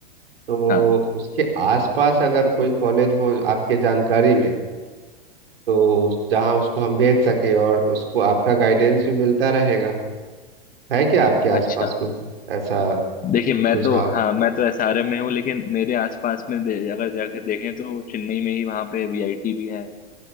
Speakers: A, on the right (about 70°); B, on the left (about 25°).
A: तो
B: हाँ
A: उसके आसपास अगर कोई कॉलेज हो आपके जानकारी में तो उस- जहाँ उसको हम भेज सके और उसको आपका गाइडेंस भी मिलता रहेगा है क्या आपके आसपास
B: अच्छा
A: कुछ ऐसा
B: देखिए मैं
A: सुझाव
B: तो हाँ मैं तो एसआरएम में हूँ लेकिन मेरे आसपास में दे, अगर जाके देखें तो चेन्नई में ही वहाँ पे वीआईटी भी है